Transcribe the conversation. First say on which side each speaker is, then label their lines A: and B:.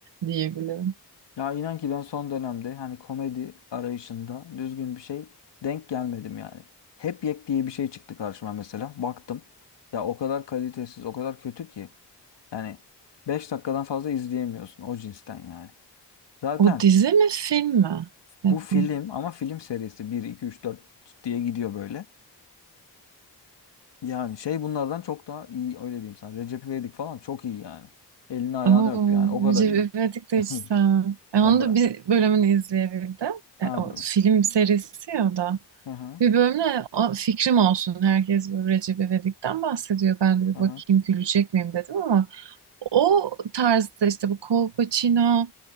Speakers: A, on the right; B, on the left.
A: diyebilirim.
B: Ya inan ki ben son dönemde hani komedi arayışında düzgün bir şey denk gelmedim yani. Hep yek diye bir şey çıktı karşıma mesela. Baktım ya o kadar kalitesiz o kadar kötü ki yani 5 dakikadan fazla izleyemiyorsun o cinsten yani. Zaten
A: O dizi mi film mi? Happy.
B: Bu film ama film serisi bir 2 3 4 diye gidiyor böyle. Yani şey bunlardan çok daha iyi öyle diyeyim sana. Recep İvedik falan çok iyi yani. Elini ayağını
A: Oo,
B: öp yani o
A: Recep
B: kadar iyi.
A: İvedik de
B: <laughs>
A: hiç sevmem. E,
B: Ya
A: onu
B: ben.
A: da bir bölümünü izleyebildim.
B: Ha,
A: E, o
B: bu-
A: film serisi ya o da.
B: Hı hı.
A: Bir bölümde o fikrim olsun. Herkes bu Recep İvedik'ten bahsediyor. Ben de bir
B: Hı
A: bakayım
B: hı.
A: gülecek miyim dedim ama O tarzda işte bu Kolpaçino,